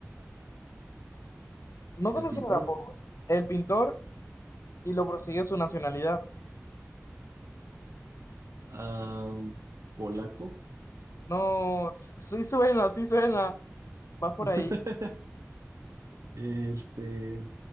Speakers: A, on the left; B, on the right.
A: no
B: el
A: conoces
B: pintor,
A: el apodo. El pintor y lo prosigue su nacionalidad.
B: ah, polaco,
A: No, s- sí suena, sí suena. Vas por
B: <laughs>
A: ahí.
B: este,